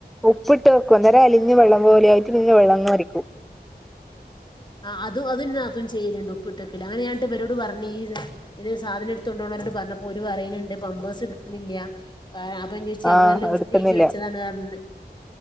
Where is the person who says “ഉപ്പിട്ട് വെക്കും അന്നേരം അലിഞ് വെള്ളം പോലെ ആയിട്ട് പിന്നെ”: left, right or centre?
Centre